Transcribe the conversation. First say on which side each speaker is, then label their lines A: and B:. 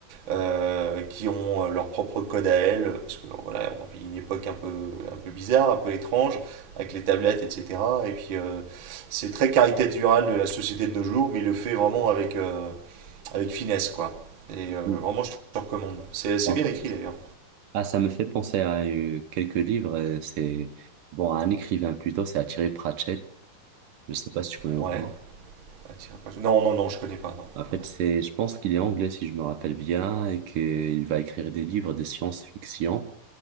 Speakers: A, on the right (about 50°); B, on the right (about 70°).
A: euh, qui ont euh, leur propre code à elles parce que bon, voilà, on vit une époque un peu un peu bizarre, un peu étrange avec les tablettes, etc. Et puis euh, c'est très caricatural de la société de nos jours, mais il le fait vraiment avec euh, avec finesse, quoi. Et
B: Mhm.
A: euh, vraiment, je te recommande. C'est c'est
B: En
A: bien
B: fait,
A: écrit d'ailleurs.
B: Ah, ça me fait penser à euh, quelques livres. euh, C'est bon, à un écrivain plutôt, c'est Thierry Pratchett. Je sais pas si tu connais ou
A: Ouais.
B: pas.
A: Ah, tiens, Non, non, non, je connais pas, non.
B: En fait,
A: non, non.
B: c'est, je pense qu'il est anglais si je me rappelle bien et qu'il va écrire des livres de science-fiction,